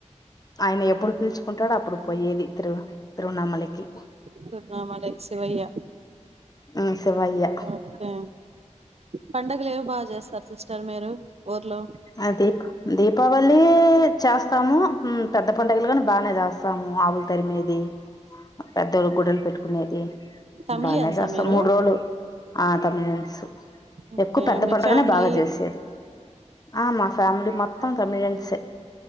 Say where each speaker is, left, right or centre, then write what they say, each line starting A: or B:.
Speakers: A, on the left; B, on the right.
A: ఆయన ఎప్పుడు పిలుచుకుంటాడో అప్పుడు పోయేది తిరు తిరువనామలకి
B: తిరువనామలకి శివయ్య
A: ఉమ్ శివయ్యా
B: ఉమ్ కే పండగలు ఏవి బాగా చేస్తారు సిస్టర్ మీరు ఊర్లో
A: అది దీపావళి చేస్తాము పెద్ద పడుగలు కాని బాగానే చేస్తాము అవు దరిమేది పెద్దోళ్ళ గుడలు పెట్టుకునేది
B: తమిళియన్సా
A: బానే చేస్తాం
B: మీరు
A: మూడు రోజులు ఆ తమిళ్యన్స్
B: ఓకే
A: ఎక్కువ పెద్ద
B: మీ
A: పండుగనే
B: ఫ్యామిలీ
A: బాగా చేసేది ఆ మా ఫ్యామిలీ మొత్తం తమిళ్యన్స్ ఏ